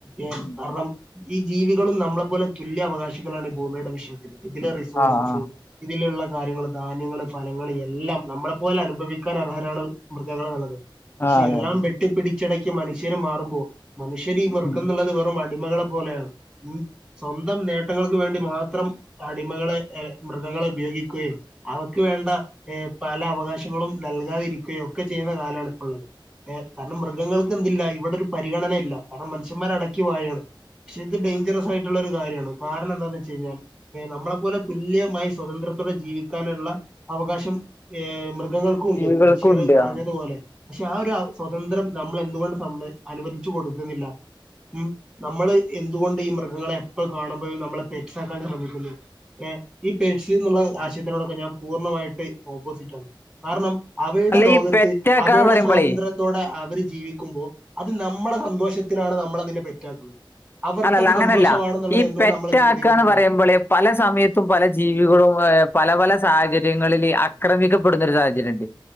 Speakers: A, in the centre; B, on the left.
A: ഏഹ്
B: ഉം
A: കാരണം ഈ ജീവികളും നമ്മളെപോലെതുല്യ അവകാശികളാണ് ഭൂമിയുടെ വിഷയത്തില് ഇതിലെ റിസോഴ്സസ്
B: ആഹ് ആഹ്
A: ഇതിലുള്ള കാര്യങ്ങള് ധാന്യങ്ങള് ഫലങ്ങള് എല്ലാം നമ്മളെപ്പോലെ അനുഭവിക്കാൻ അർഹരാണ് മൃഗങ്ങളെള്ളത് പക്ഷെ
B: ആഹ് അതെ
A: എല്ലാംവെ
B: അതെ
A: ട്ടിപ്പിടിച്ചടയ്ക്കി മനുഷ്യര് മാറുമ്പോ മനുഷ്യര് ഈ മൃഗംന്നുള്ളത്
B: ഉം
A: വെറും അടിമകള പോലെയാണ് ഉം സ്വന്തം നേ ട്ടങ്ങൾക്ക് വേണ്ടി മാത്രം അടിമകളെ ഏഹ് മൃഗങ്ങളെ ഉപയോഗിക്കുകയും അവക്ക് വേണ്ട ഏഹ് പല അവകാശങ്ങളും നൽകാതിരിക്കുകയോ ഒക്കെ ചെയ്യുന്ന കാലാണ് ഇപ്പള്ളത്ഏഹ് കാരണം മൃഗങ്ങൾ ക്ക് എന്തില്ല ഇവിടെ ഒരു പരിഗണനയില്ല കാരണം മനുഷ്യന്മാര് അടക്കി വഴാണ് പക്ഷെ ഇത് ഡൈഞ്ചറസ് ആയിട്ടുള്ള ഒരു കാര്യാണ് കാരണം എന്താന്ന് വച്ച് കഴിഞ്ഞാൽ പേ നമ്മളെ പോലെ തുല്യമായി സ്വതന്ത്രത്തോടെ ജീവിക്കാനുള്ള അവകാശം ഏഹ് മൃഗങ്ങൾക്കും ഉണ്ട്
B: ജീവികൾക്കുണ്ട്
A: ബഷീർ പറഞ്ഞതുപോലെ
B: ആഹ്
A: പക്ഷെ ആഹ് ഒരു സ്വതന്ത്രം നമ്മള് എന്തുകൊണ്ട് സമ്മതി അനുവദിച്ചു കൊടുക്കുന്നില്ല ഉം നമ്മള് എന്തുകൊണ്ട് ഈ മൃഗങ്ങളെ എപ്പ കാണുമ്പഴും നമ്മളെ പെറ്റ്സാക്കാൻ ശ്രമിക്കുന്നു ഏഹ് ഈ പെറ്റ്സ്ന്നുള്ള ആശയത്തിനോടൊക്കെ ഞാൻ പൂർണ്ണമായിട്ട് ഓപ്പോസിറ്റ് ആണ് കാരണം അവയുടെ
B: അല്ല
A: ലോകത്ത്
B: ഈ പെറ്റാക്കാന്ന്
A: അവയുടെ
B: പറയുമ്പളേ
A: സ്വാതന്ത്ര ത്തോടെ അവര് ജീവിക്കുമ്പോ അത് നമ്മളെ സന്തോഷത്തിനാണ് നമ്മളതിനെ പെറ്റാക്കുന്നത് അവർക്കത്
B: അണല്ലാ അങ്ങനല്ലാ
A: സന്തോഷമാണെന്നുള്ളത്
B: ഈ
A: എന്തുകൊണ്ട്
B: പെറ്റാക്കാന്ന്
A: നമ്മള് ചിന്തിക്കുന്നില്ല
B: പറയുമ്പള് പല സമയത്തും പല ജീവികളും പല പല സാഹചര്യങ്ങളില് ആക്രമിക്കപ്പെടുന്ന ഒരു സാഹചര്യംണ്ട്